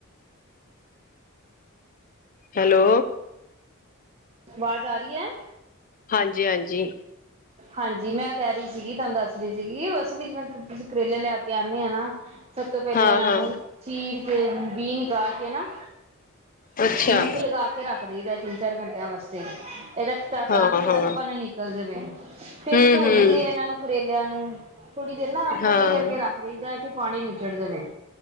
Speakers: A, on the left; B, on the right.
A: ਹੈਲੋ।
B: ਆਵਾਜ਼ ਆ ਰਈ ਐ?
A: ਹਾਂਜੀ-ਹਾਂਜੀ।
B: ਹਾਂਜੀ, ਮੈਂ ਕਹਿ ਰਈ ਸੀਗੀ, ਤੁਹਾਨੂੰ ਦੱਸ ਰਹੀ ਸੀਗੀ, ਅਸੀਂ ਵੀ ਜਿਵੇਂ ਤੁਸੀਂ ਕਰੇਲੇ ਲਿਆ ਕੇ ਆਣੇ ਆ ਨਾ ਸਭ ਤੋਂ ਪਹਿਲੇ
A: ਹਾਂ
B: ਇਹਨਾਂ
A: ਹਾਂ
B: ਨੂੰ ਚੀਰ ਕੇ, ਬੀ ਨਿਕਾਲ ਕੇ ਨਾ
A: ਅੱਛਾ
B: ਨਮਕ ਲਗਾ ਕੇ ਰੱਖ ਦੇਈਦਾ, ਤਿੰਨ ਚਾਰ ਘੰਟਿਆਂ ਵਾਸਤੇ। ਏਹ ਰੱਸਤਾ
A: ਹਾਂ
B: ਤਾਂ ਵੀ ਕੜਕ
A: ਹਾਂ
B: ਪਨ ਨਿਕਲ ਜਾਵੇ।
A: ਹਮ
B: ਫਿਰ ਧੋਈ
A: ਹਮ
B: ਦੇ ਇਹਨਾਂ ਨੂੰ ਕਰੇ ਲਿਆਂ ਨੂੰ, ਥੋੜ੍ਹੀ ਦੇਰ ਨਾ
A: ਹਾਂ
B: ਟੇਢੇ ਕਰਕੇ ਰੱਖ ਦਈਦਾ, ਕਿ ਪਾਣੀ ਨੂੰੱਚੜ ਜਾਵੇ।